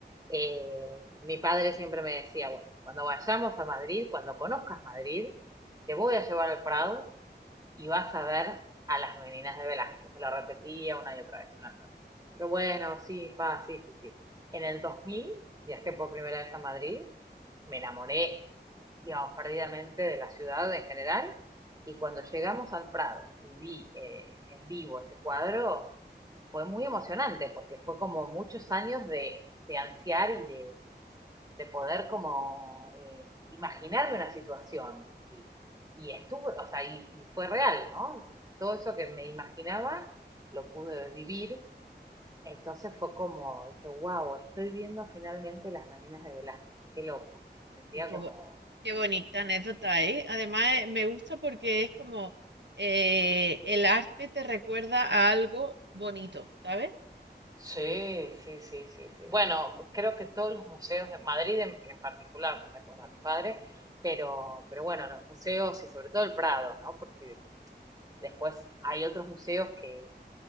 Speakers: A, on the right (about 20°); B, on the right (about 80°).
A: eh, mi padre siempre me decía, bueno, cuando vayamos a Madrid, cuando conozcas Madrid, te voy a llevar al Prado y vas a ver a las meninas de Velázquez. Me lo repetía una y otra vez, una y otra vez. Yo, bueno, sí, pa, sí, sí, sí. En el 2000 viajé por primera vez a Madrid, me enamoré, digamos, perdidamente de la ciudad en general, y cuando llegamos al Prado y vi eh, en vivo ese cuadro, fue muy emocionante, porque fue como muchos años de, de ansiar y de, de poder como eh, imaginarme una situación. Y, y estuvo, o sea, y, y fue real, ¿no? Todo eso que me imaginaba lo pude vivir. Entonces fue como, dije, wow, estoy viendo finalmente las meninas de Velázquez, qué loco. Me sentía
B: Uy, Qué,
A: como
B: bo- qué bonita anécdota, ¿eh? Además, eh, me gusta porque es como eh, el arte te recuerda a algo bonito, ¿sabes?
A: Sí, sí, sí, sí, sí. Bueno, creo que todos los museos de Madrid en, en particular, me recuerda a mi padre, pero, pero bueno, los museos y sobre todo el Prado, ¿no? Porque después hay otros museos que,